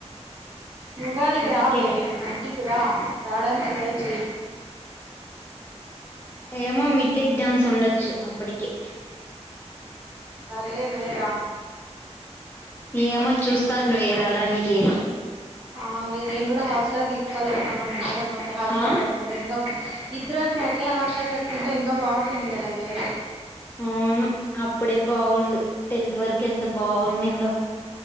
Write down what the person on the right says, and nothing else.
ఉగాదికి
రావే మా ఇంటికి కి రా రాడానిక్ ట్రై చెయ్
లేదువే రా
ఆవె నేను ఊడ హాఫ్ సారి తీసుకోవాలి అనుకున్న ఓకే హఫ్
సారీ కట్టుకుంట ఇంగ ఇద్దరం ఒకే హాఫ్ సారి కట్టుకుంటే ఇంకా బాఉంటుంది గదవే